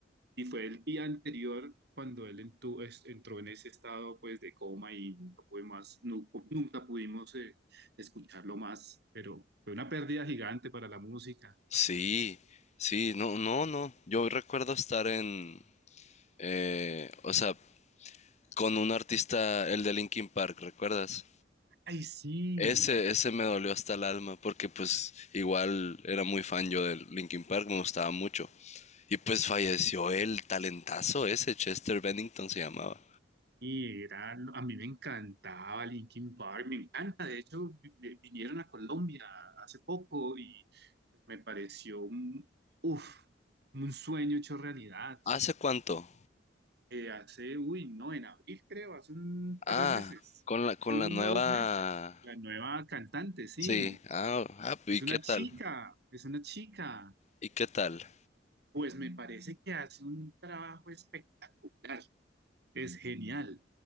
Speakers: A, on the right; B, on the left.
A: Y fue el día anterior cuando él entu- es- entró en ese estado pues de coma y nunca pude más, nu- nunca pudimos eh, escucharlo más, pero fue una pérdida gigante para la música.
B: Sí, sí, no, no, no. Yo recuerdo estar en, eh, o sea, con un artista, el de Linkin Park, ¿recuerdas?
A: Ay, sí.
B: Ese, ese me dolió hasta el alma, porque pues igual era muy fan yo del Linkin Park, me gustaba mucho. Y pues falleció el talentazo ese, Chester Bennington se llamaba.
A: Y era, a mí me encantaba Linkin Park, me encanta. De hecho, vi- vi- vinieron a Colombia hace poco y pues, me pareció un, uf, un sueño hecho realidad.
B: ¿Hace cuánto?
A: Eh, hace, uy, no, en abril creo, hace un par
B: Ah,
A: de meses,
B: con la, con
A: hace uno
B: la nueva...
A: o dos meses. La nueva cantante, sí,
B: Sí, ah, ah, ¿y
A: es una
B: qué tal?
A: chica, es una chica.
B: ¿Y qué tal?
A: Pues me parece que hace un trabajo espectacular. Es genial.